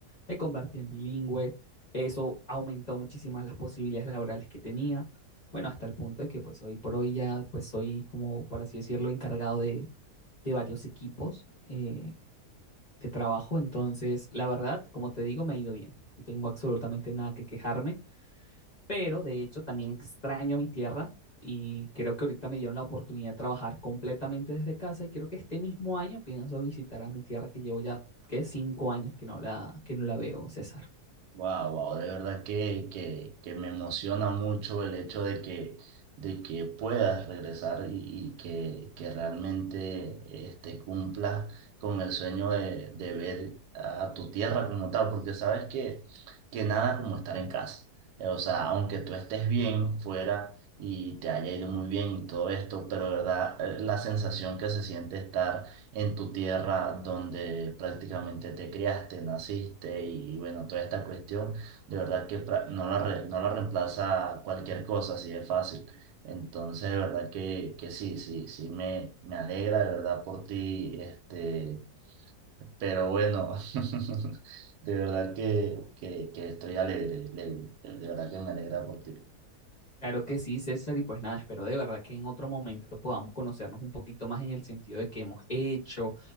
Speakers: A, on the left; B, on the right.
A: me convertí en bilingüe, eso aumentó muchísimas las posibilidades laborales que tenía. Bueno, hasta el punto de que pues hoy por hoy ya pues soy como, por así decirlo, encargado de, de varios equipos eh, de trabajo. Entonces, la verdad, como te digo, me ha ido bien. No tengo absolutamente nada que quejarme pero de hecho también extraño mi tierra y creo que ahorita me dieron la oportunidad de trabajar completamente desde casa y creo que este mismo año pienso visitar a mi tierra que llevo ya, que cinco años que no la, que no la veo, César.
B: Wow, wow, de verdad que, que, que me emociona mucho el hecho de que, de que puedas regresar y, y que, que realmente este, cumplas con el sueño de, de ver a tu tierra como tal, porque sabes que, que nada como estar en casa. Eh, O sea, aunque tú estés bien fuera y te haya ido muy bien y todo esto, pero de verdad eh, la sensación que se siente estar en tu tierra donde prácticamente te criaste, naciste y bueno, toda esta cuestión, de verdad que pra- no la, re- no la reemplaza cualquier cosa, así de fácil. Entonces, de verdad que, que sí, sí, sí, me, me alegra de verdad por ti, este, pero bueno, <laughs> de verdad que, que, que estoy alegre, le- de verdad que me alegra por ti.
A: Claro que sí, César, y pues nada, espero de verdad que en otro momento podamos conocernos un poquito más en el sentido de qué hemos hecho,